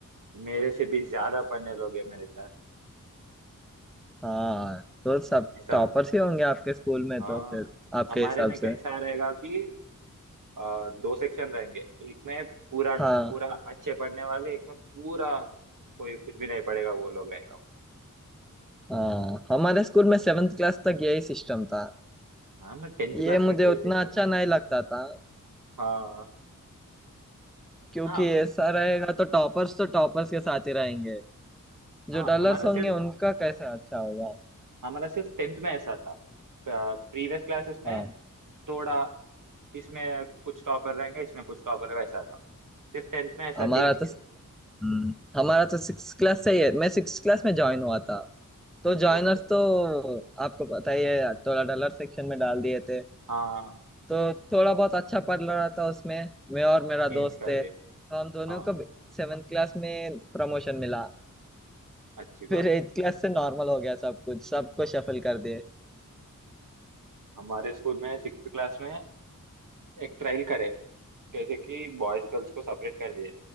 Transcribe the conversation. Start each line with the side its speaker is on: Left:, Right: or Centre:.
Right: मेरे से भी ज्यादा पढ़ने लोग हैं मेरे क्लास में
Centre: हाँ तो सब
Right: ऐसा
Centre: टॉपर्स ही होंगे आपके स्कूल में
Right: हाँ
Centre: तो फिर आपके
Right: हमारे
Centre: हिसाब
Right: में कैसा
Centre: से
Right: रहेगा कि अ, दो सेक्शन रहेंगे एक में पूरा
Centre: हाँ
Right: पूरा अच्छे पढ़ने वाले एक में पूरा कोई कुछ भी नहीं पढ़ेगा वो लोग रहेगा
Centre: हाँ हमारे स्कूल में सेवेंथ क्लास तक यही सिस्टम था
Right: हाँ मैं टेंथ
Centre: ये
Right: क्लास
Centre: मुझे
Right: तक यही
Centre: उतना
Right: सिस्टम
Centre: अच्छा
Right: है
Centre: नहीं लगता था
Right: हाँ
Centre: क्योंकि
Right: हाँ
Centre: ऐसा रहेगा तो टॉपर्स तो टॉपर्स के साथ ही रहेंगे जो
Right: हाँ
Centre: डलर्स
Right: हमारा
Centre: होंगे
Right: सिर्फ
Centre: उनका कैसा अच्छा होगा
Right: हमारा सिर्फ टेंथ में ऐसा था प्रीवियस क्लासेस में
Centre: हाँ
Right: थोड़ा इसमें कुछ टॉपर रहेंगे इसमें कुछ टॉपर रहेगा ऐसा था सिर्फ टेंथ में ऐसा
Centre: हमारा
Right: चेंज किया
Centre: तो हम्म, हमारा तो सिक्स क्लास से ही है मैं सिक्स क्लास में ज्वाइन हुआ था तो जॉइनर्स
Right: ओहो
Centre: तो आपको पता ही है टोला डॉलर सेक्शन में डाल दिए थे
Right: हाँ
Centre: तो थोड़ा बहुत अच्छा पढ़ रहा था उसमें मैं और मेरा दोस्त
Right: चेंज कर
Centre: थे
Right: दिया
Centre: तो हम दोनों
Right: हाँ
Centre: को सेवेंथ क्लास में प्रमोशन मिला
Right: अच्छी
Centre: फिर
Right: बात
Centre: एट्थ क्लास से नॉर्मल हो गया सब कुछ सबको शफल कर दिए
Right: हमारे स्कूल में सिक्स क्लास में एक ट्रायल करे जैसे कि बॉयज गर्ल्स को सेपरेट कर दिए